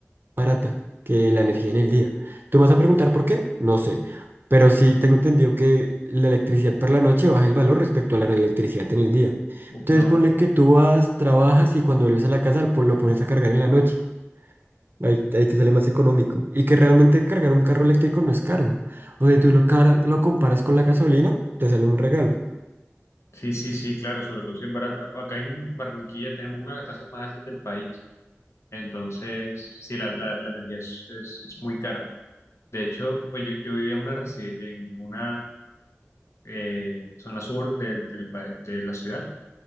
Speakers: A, on the right; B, on the left.
A: barata que la energía en el día. Tú me vas a preguntar por qué, no sé, pero sí tengo entendido que la electricidad por la noche baja el valor respecto a la electricidad en el día.
B: Uf,
A: Entonces
B: no.
A: ponle que tú vas, trabajas y cuando vuelves a la casa pues, lo pones a cargar en la noche. Ahí, ahí te sale más económico. Y que realmente cargar un carro eléctrico no es caro. O sea, si tú lo, car- lo comparas con la gasolina, te sale un regalo.
B: Sí, sí, sí, claro. Sobre todo si es barata. Acá en Barranquilla tenemos una de las tasas más altas del país. Entonces, sí, la, la, la energía es, es, es muy cara. De hecho, pues yo, yo vivía en una, resi- en una eh, zona sur del del pa- de la ciudad